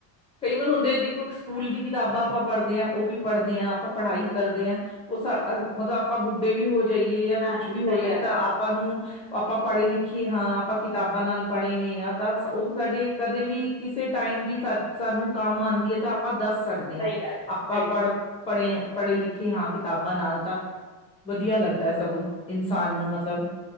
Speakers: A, on the left; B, on the right.
A: ਕਈ ਵਾਰ ਹੁੰਦੇ ਦੇਖੋ, ਸਕੂਲ ਦੀ ਕਿਤਾਬਾਂ ਆਪਾਂ ਪੜ੍ਹਦੇ ਹਾਂ, ਉਹ ਵੀ ਪੜ੍ਹਦੇ ਹਾਂ, ਆਪਾਂ ਪੜ੍ਹਾਈ ਕਰਦੇ ਹਾਂ ਉਹ ਸਾ, ਮਤਲਬ ਆਪਾ ਬੁੱਢੇ ਵੀ ਹੋ ਜਾਈਏ, ਯਾ
B: ਹਾਂਜੀ
A: ਕੁੱਛ ਵੀ
B: ਸਹੀ
A: ਹੋ ਜਾਏ
B: ਗੱਲ
A: ਤਾਂ
B: ਹੈ
A: ਆਪਾਂ ਨੂੰ, ਆਪਾਂ ਪੜ੍ਹੇ ਲਿਖੇ ਹਾਂ। ਆਪਾਂ ਕਿਤਾਬਾਂ ਨਾਲ ਪੜ੍ਹੇ ਵੀਂ ਆਂ, ਤਾਂ ਉਹ ਸਾਡੇ ਕਦੇ ਵੀ, ਕਿਸੇ ਟਾਈਮ ਵੀ, ਸਾਨੂੰ ਕੰਮ ਆਂਦੀ ਆ, ਤਾਂ ਆਪਾਂ ਦੱਸ ਸਕ ਸਕਦੇ ਆਂ,
B: ਸਹੀ ਗੱਲ ਹੈ
A: ਆਪਾਂ
B: ਸਹੀ ਗੱਲ
A: ਪੜ੍ਹ, ਪੜ੍ਹੇ, ਪੜ੍ਹੇ-ਲਿਖੇ ਹਾਂ ਕਿਤਾਬਾਂ ਨਾਲ ਤਾਂ ਵਧੀਆ ਲੱਗਦਾ ਸਗੋਂ, ਇਨਸਾਨ ਨੂੰ ਮਤਲਬ